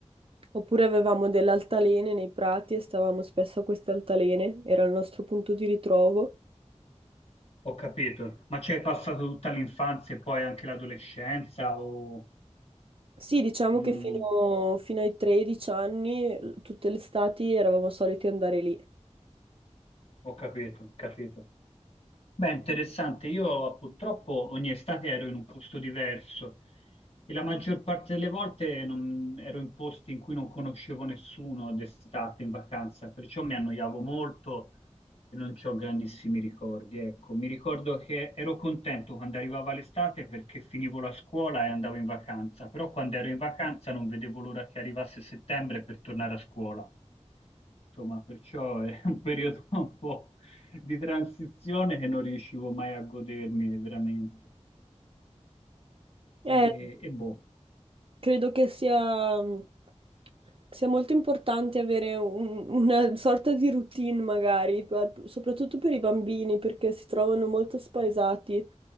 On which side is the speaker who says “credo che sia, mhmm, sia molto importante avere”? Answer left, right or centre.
Right